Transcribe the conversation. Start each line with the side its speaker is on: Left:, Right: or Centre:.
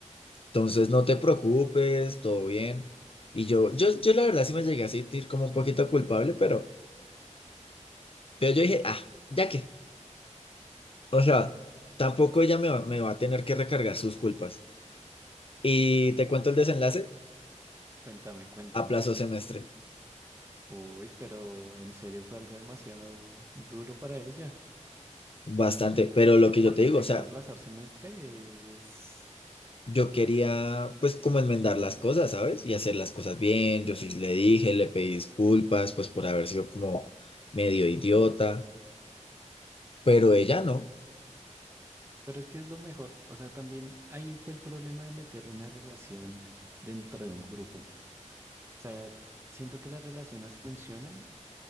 Left: Entonces no te preocupes, todo bien. Y yo, yo, yo la verdad sí me llegué a sentir como un poquito culpable, pero, pero yo dije, ah, ya que, o sea, tampoco ella me va, me va a tener que recargar sus culpas. Y te cuento el desenlace,
Right: Cuéntame, cuéntame.
Left: aplazó semestre,
Right: Uy, pero en serio fue algo demasiado duro para ella,
Left: bastante, pero lo que
Right: porque
Left: yo te digo,
Right: llegar
Left: o sea,
Right: a aplazar semestre es...
Left: Yo quería, pues, como enmendar las cosas, ¿sabes? Y hacer las cosas bien. Yo sí le dije, le pedí disculpas, pues, por haber sido como medio idiota, pero ella no.
Right: Pero es que es lo mejor. O sea, también ahí fue el problema de meter una relación dentro de un grupo. O sea, t- siento que las relaciones funcionan